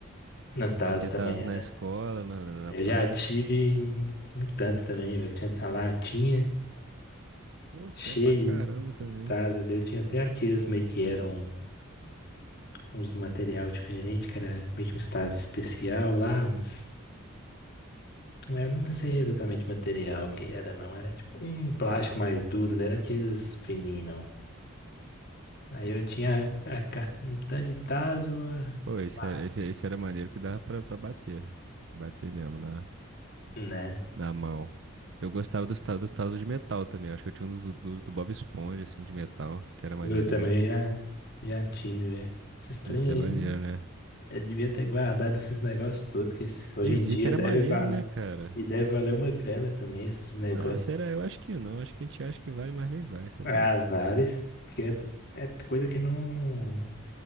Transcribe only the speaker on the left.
No Tazo
também
era.
Eu
já tive um tanto também, velho. Tinha tá lá, tinha,
cheio
de tazos ali. Eu tinha até aqueles meio que eram uns do material diferente, que era meio que uns tazos especial lá, uns. Eu não sei exatamente o material que era, não. Era tipo um plástico mais duro, não era aqueles fininhos, não. Aí eu tinha a, ca- um tanto de tazo, a-
Claro.
né?
Eu também já, já tive, velho. Esses trem
aí,
eu devia ter guardado esses negócios todos, que esse- hoje
em
dia
deve
valer.
E deve valer uma grana também esses negócios.
Ah, vários, porque é, é coisa que não